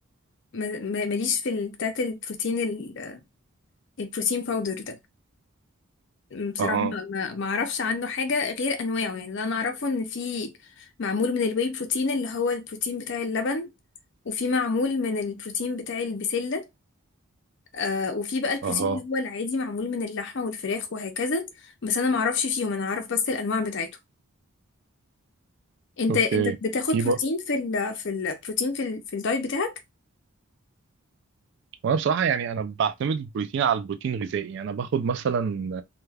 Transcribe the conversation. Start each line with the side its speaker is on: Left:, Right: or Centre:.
Left: ما- ما- ماليش في ال- بتاعة البروتين ال- البروتين باودر ده. بصراحة
Right: اها
Left: ما ما- ما اعرفش عنه حاجة غير انواعه يعني اللي انا اعرفه ان في معمول من الواي بروتين اللي هو البروتين بتاع اللبن وفي معمول من البروتين بتاع البسلة آه وفي بقى البروتين
Right: اها
Left: اللي هو العادي معمول من اللحمة والفراخ وهكذا بس انا ما اعرفش فيهم انا اعرف بس الانواع بتاعته انت
Right: اوكي
Left: انت بتاخد
Right: في
Left: بروتين
Right: بقى
Left: في ال في البروتين في ال في الدايت بتاعك
Right: وانا بصراحة يعني انا بعتمد البروتين على البروتين الغذائي انا باخد مثلا